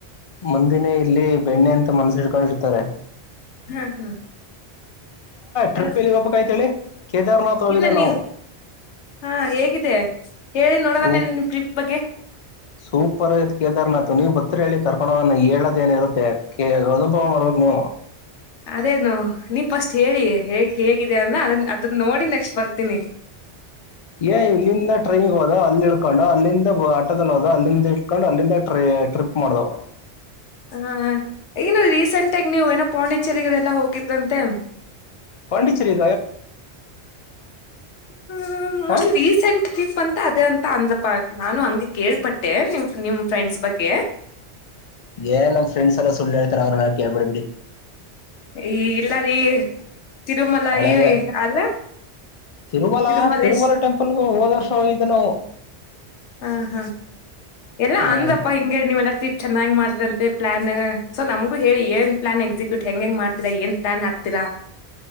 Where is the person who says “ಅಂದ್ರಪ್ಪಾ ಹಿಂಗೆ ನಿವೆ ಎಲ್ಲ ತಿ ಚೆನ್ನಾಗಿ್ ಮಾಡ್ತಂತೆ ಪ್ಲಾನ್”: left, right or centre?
Left